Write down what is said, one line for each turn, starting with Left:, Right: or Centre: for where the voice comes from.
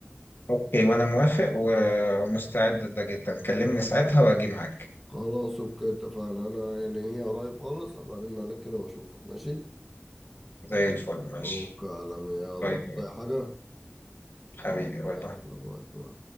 Left: اوكي وانا موافق و- ومستعد لده جدا كلمني ساعتها واجي معاك
Centre: خلاص اوكي اتفقنا انا يعني هي قريب خالص هبقى ارن عليك كده واشوفك ماشي
Left: زي الفل ماشي
Centre: اوكي يا عالمي يلا
Left: طيب
Centre: زي حاجة
Left: حبيبي باي
Centre: يلا
Left: باي
Centre: باي باي